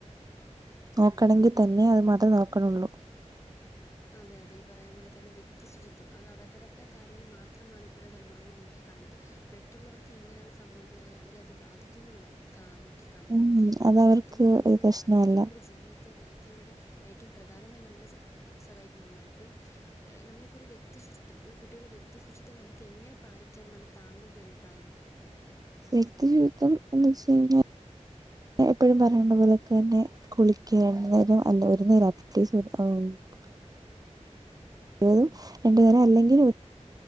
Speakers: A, on the right; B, on the left.
A: നോക്കണെങ്കി
B: അതെ അതെ ഇപ്പഴ്
A: തന്നെ അതു മാത്രേ നോക്കണൊള്ളൂ.
B: അതെ അതെ ഈ പറയം പോലെ തന്നെ വ്യക്തി ആഹ് അതെ യതെ ഈ പറയും പോലെ തന്നെ വെക്തി ശുചിത്വം അത് അവരവര്ടെ കാര്യങ്ങൾ മാത്രമാണ് ഇപ്പോഴത്തെ തലമുറകള് നോക്കി കാണുന്നത്. മെറ്റുള്ളവർക്കെങ്ങനെ അത് സംഭവിക്കുന്ന അല്ലെ അവരെ അത് ബാധിക്കുന്ന് നോ ക്കാം നോക്കി കാണുന്നില്ല
A: ഉം
B: അപ്പൊ
A: അത്
B: ശുചിത്വംന്ന്
A: അവർക്ക്
B: പറന്നത്
A: ഒരു പ്രശ്നമല്ല
B: ആരോഗ്യമുള്ളൊരു ജീവിത ത്തെ നയിക്കാൻ വേണ്ടി ഏറ്റവും പ്രധാനമായി നമ്മളെ സഹായി സഹായിക്കുന്ന ഒന്നാണ് ഇപ്പം എഹ് നമ്മളിപ്പോര് വ്യക്തി ശുചിത്വം ഒരു കുട്ടികളെ വ്യ ക്തി ശുചിത്വം നമക്കെങ്ങനെ പാലിക്കാം ന്നാണ് താങ്കളുടെ അഭിപ്രായം?
A: വ്യക്തി ശുചിത്വം എന്ന് വെച്ച് കഴിഞ്ഞാ എപ്പഴും പറയണ്ട പോലൊക്കെന്നെ കുളിക്ക രണ്ട് നേരം അല്ലെ ഒര് നേരം അറ്റ്ലിസ്റ്റ് <unintelligible> <unintelligible> രണ്ട് നേരം അല്ലെങ്കില് ഒര്